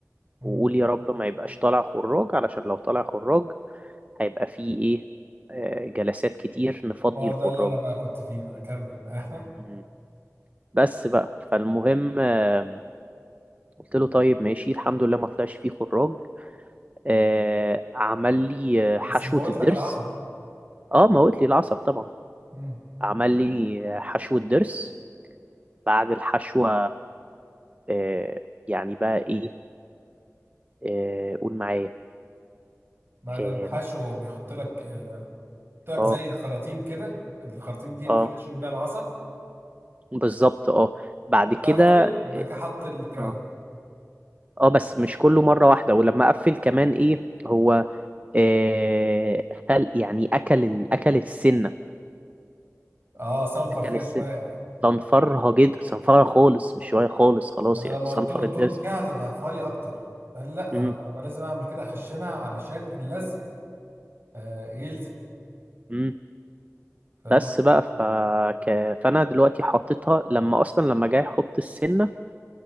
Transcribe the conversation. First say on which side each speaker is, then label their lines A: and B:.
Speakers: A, on the right; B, on the right.
A: مم.
B: وقول يا رب ما يبقاش طالع خراج علشان لو طالع خراج هيبقى فيه ايه آه، جلسات كتير نفضي
A: ما هو
B: الخراج
A: ده اللي انا بقى
B: ده
A: كنت فيه بقى كمل <laughs>
B: مم. بس بقى فالمهم آه، قلت له طيب ماشي الحمد لله ما طلعش فيه خراج آه، عمل لي آه، حشوة
A: بس موت
B: الضرس
A: لك العصب
B: اه موت لي العصب طبعا
A: امم
B: عمل لي آه، حشوة ضرس بعد الحشوة آه، يعني بقى ايه آه، قول معايا
A: بعدين
B: اه
A: حشو بيحط لك آه، بيحط
B: اه
A: لك زي خراطيم كده الخراطيم دي اللي
B: آه،
A: حشو بيها العصب
B: بالظبط اه بعد
A: وقفل
B: كده
A: بعد كده حط الكراون
B: اه اه بس مش كله مرة واحدة ولما قفل كمان ايه هو آه، خل يعني اكل ال- اكل السنة
A: اه صنفر
B: اكل
A: فيها
B: السنة
A: شويه يعني
B: صنفرها جدا صنفرها خالص مش شوية خالص خلاص
A: يعني
B: يعني
A: لما
B: صنفر
A: قلت له التورنت
B: الضرس
A: كده هتضعفها لي اكتر قال لي لا
B: مم.
A: انا انا بقى لازم اعمل كده اخشنها علشان اللزق آه يلزق
B: مم.
A: فاهم
B: بس
A: قصدي؟
B: بقى ف... ك... فانا دلوقتي حطيتها لما اصلا لما جاي احط السنه